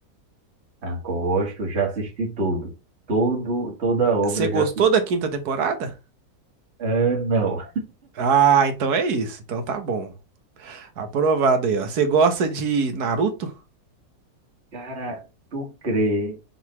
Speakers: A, on the right (about 35°); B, on the right (about 60°).
A: ah, gosto, já assisti tudo, todo, toda a obra
B: Você gostou
A: já, assisti.
B: da quinta temporada?
A: ah, não,
B: Ah, então é isso. Então tá bom. Aprovado aí, ó. Você gosta de Naruto?
A: cara, tu crê,